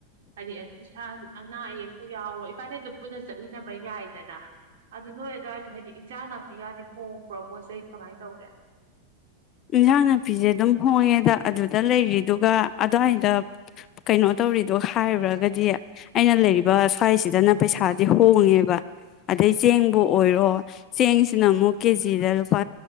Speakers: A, on the right (about 55°); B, on the left (about 35°).
A: ꯍꯥꯏꯗꯤ ꯏꯁꯥ ꯑꯅꯥ ꯑꯌꯦꯛꯄꯨ ꯌꯥꯎꯔꯣꯏ ꯀꯥꯟꯅꯦꯩꯗꯨ ꯄꯨꯟꯅ ꯆꯠꯃꯤꯟꯅꯕ ꯌꯥꯏ ꯗꯅ ꯑꯗꯨ ꯅꯣꯏ ꯑꯗꯨꯋꯥꯏꯗꯣ ꯍꯥꯏꯗꯤ ꯏꯟꯁꯥꯡ ꯅꯥꯄꯤꯒꯔꯗꯤ ꯍꯣꯡꯕ꯭ꯔꯣ ꯄꯣꯠ ꯆꯩ ꯀꯃꯥꯏꯅ ꯇꯧꯒꯦ
B: ꯏꯟꯁꯥꯡ ꯅꯥꯄꯤꯁꯦ ꯑꯗꯨꯝ ꯍꯣꯡꯉꯦꯗ ꯑꯗꯨꯗ ꯂꯩꯔꯤ ꯑꯗꯨꯒ ꯑꯗꯨꯋꯥꯏꯗ ꯀꯩꯅꯣ ꯇꯧꯔꯤꯗꯣ ꯍꯥꯏꯔꯨꯔꯒꯗꯤ ꯑꯩꯅ ꯂꯩꯔꯤꯕ ꯁ꯭ꯋꯥꯏꯁꯤꯗꯅ ꯄꯩꯁꯥꯗꯤ ꯍꯣꯡꯉꯦꯕ ꯑꯗꯩ ꯆꯦꯡꯕꯨ ꯑꯣꯏꯔꯣ ꯆꯦꯡꯁꯤꯅ ꯑꯃꯨꯛ ꯀꯦꯖꯤꯗ ꯂꯨꯄꯥ